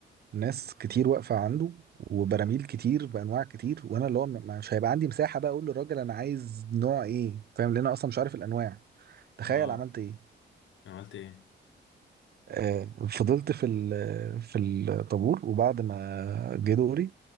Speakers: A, on the right; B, on the left.
A: ناس كتير واقفه عنده وبراميل كتير بانواع كتير وانا اللي هو م- مش هيبقى عندي مساحه بقى اقول للراجل انا عايز نوع ايه فاهم لان انا اصلا مش عارف الانواع تخيل
B: اه
A: عملت ايه
B: عملت ايه
A: آه، فضلت في ال- في الطابور وبعد ما جه دوري